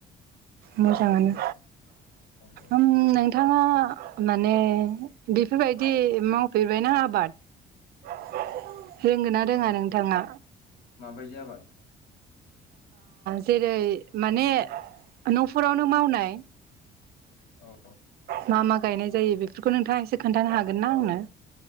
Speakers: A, on the right; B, on the left.
A: मोजाङानो
B: औ
A: ओम नोंथाङा माने बेफोरबायदि मावफेरबायना आबाद। <unintelligible>
B: ओ
A: रोङा नोंथाङा
B: माबायदि आबाद?
A: जेरै- माने न'फोरावनो मावनाय।
B: औ
A: मा मा गायनाय जायो बेफोरखौ नोंथाङा एसे खोन्थानो हागोन ना
B: औ
A: आंनो?